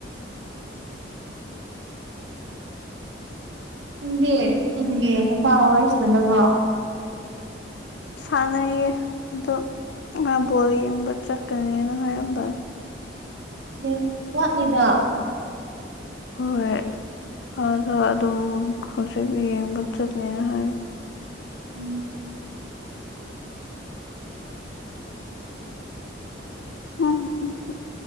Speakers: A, on the right; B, on the left.
A: ꯅꯪꯪꯗꯤ ꯅꯪꯒꯤ ꯅꯨꯄꯥꯒ ꯋꯥꯔꯤ ꯁꯥꯟꯅꯗꯕ꯭ꯔꯣ
B: ꯁꯥꯟꯅꯩꯌꯦ ꯑꯗꯣ ꯃꯥ ꯕꯣꯜ ꯌꯦꯡꯕ ꯆꯠꯀꯅꯦꯅ ꯍꯥꯏꯔꯝꯕ
A: ꯎꯝ ꯋꯥꯠꯂꯤꯗ
B: ꯍꯣꯏ ꯑꯥꯗ ꯑꯗꯨꯝ ꯍꯧꯖꯤꯛ ꯌꯦꯡꯕ ꯆꯠꯅꯦꯅ ꯍꯥꯏꯝ
A: ꯎꯝ
B: ꯎꯝ